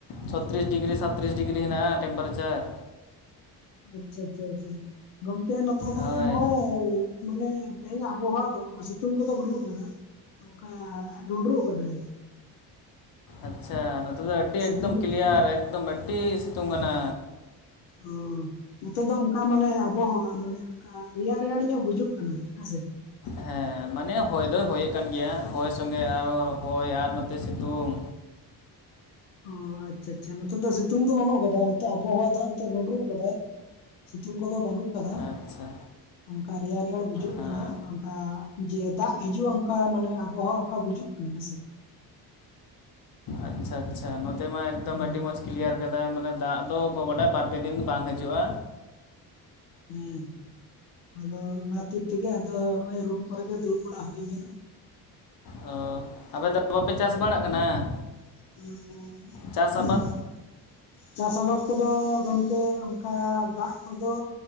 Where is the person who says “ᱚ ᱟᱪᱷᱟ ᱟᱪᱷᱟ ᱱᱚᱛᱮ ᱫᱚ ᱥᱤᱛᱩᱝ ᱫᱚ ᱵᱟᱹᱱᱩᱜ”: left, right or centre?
Left